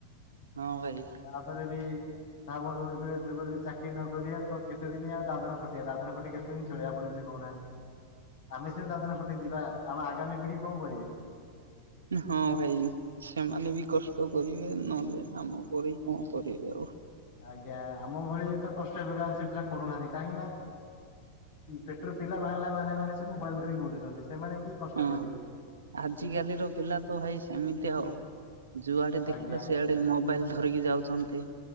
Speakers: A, on the right; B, on the left.
A: ହଁ ଭାଇ
B: ତାପରେ ବି ଧ ବନ୍ଧୁ ଏବେ ଯୁଗ ଯ ଚାକିରି ନକରିବା, ତ କେତେ ଦିନି ଆଉ ଦାଦନ ଖଟଆ, ଦାଦନ ହୋ ଟିକେ କେତେ <unintelligible> ଦିନ ଚଳେ ଆପଣ ନିଜେ କହୁନାହାନ୍ତି। ଆମେ ସିନା ତାଦିନ ଖଟି ଯିବା, ଆମ ଆଗାମି ପିଢି କଣ କରିବେ?
A: ହଁ ଭାଇ, ସେମାନେ ବି କଷ୍ଟ କରିବେ, ନହେଲେ ଆମ ପରି କଣ କରିବେ ଆଉ
B: ଆଜ୍ଞା, ଆମ ଭଳି ତ କଷ୍ଟ ହେ <unintelligible> ଲ ସେ ପିଲା କରୁନାହାନ୍ତି କାହିଁକି ନା? ପେଟରେ ପିଲା ବାହାରିଲା ମାନେ, ମାନେ, ସେ ମୋବାଇଲ ଧରିକି ବୁଲୁଛନ୍ତି। ସେମାନେ କି କଷ୍ଟ
A: ହଁ,
B: କରିବେ।
A: ଆଜିକାଲିର ପିଲା ତ ଭାଇ ସେମିତି ଆଉ ଯୁଆଡେ
B: ଆଜ୍ଞା
A: ଦେଖିଲ, ସେଆଡେ ମୋବାଇଲ ଧରିକି ଯାଉଛନ୍ତି।